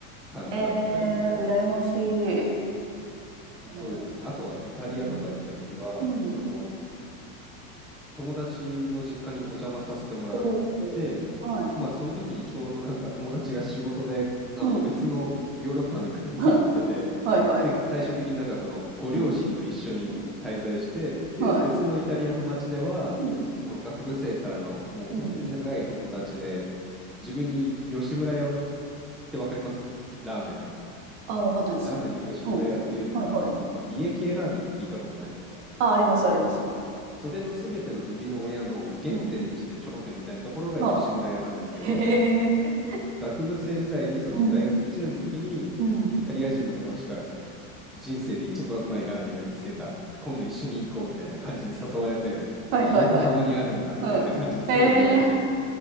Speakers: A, in the centre; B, on the right (about 60°).
A: 感じだったり、
B: えー、羨ましい。えー、
A: そうですね。あとはイタリアとか行った時は、
B: うん。うん。
A: その友達の実家にお邪魔させてもらって、
B: おーはい。
A: まあその時にちょうどなんか友達が仕事であの別のヨーロッパの国に行ってて、
B: うん。<laughs> はいはい。
A: で、最終的になんかそのご両親と一緒に滞在して、
B: うん。うん。
A: で、
B: はい。
A: 別のイタリアの町では、
B: うん。
A: その学部生からのもう本当に長い友達で、
B: うん。ん
A: 自分に吉村屋をってわかりますラーメンの。
B: あ、わかんないです。
A: ラーメンの吉村屋っていうのが、
B: うん。はいはい。
A: まあ、家系ラーメンって聞いたことないですか
B: あ、ありますあります。
A: それの全ての生みの親の原点にして頂点みたいなところが吉村屋なんですけど
B: うん。はい。<laughs> へえ。
A: 学部生時代にその大学1年の時にイタリア人の友達から
B: うん。うん。
A: 人生で一番うまいラーメン屋見つけた今度一緒に行こうみたいな感じで誘われてで横浜にあるんだみたいな感じですごい言われて
B: はいはいはい。うん。えー、